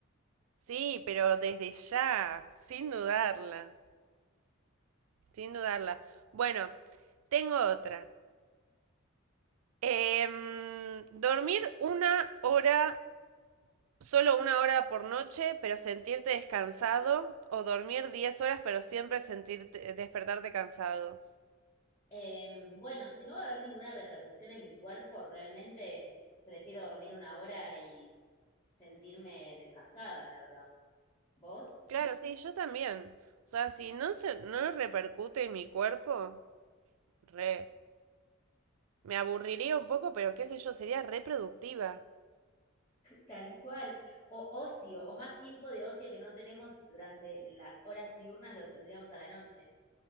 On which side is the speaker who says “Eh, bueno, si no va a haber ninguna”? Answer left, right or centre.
Left